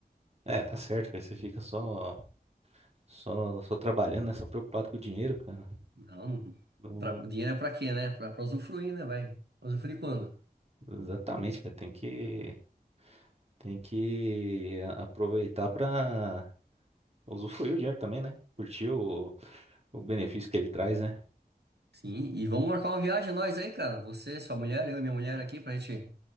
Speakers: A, on the right; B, on the right.
A: É, tá certo, cara. Você fica só, só, só trabalhando, né? Só preocupado com o dinheiro, cara.
B: Não, não-
A: Não,
B: pra, dinheiro é pra quê, né? Pra, pra usufruir, né? Vai. Usufruir quando?
A: Exatamente, cara. Tem que, tem que a- aproveitar pra usufruir o dinheiro também, né? Curtir o, o benefício que ele traz, né?
B: Sim, e vamos marcar uma viagem nós aí, cara. Você, sua mulher, eu e minha mulher aqui pra gente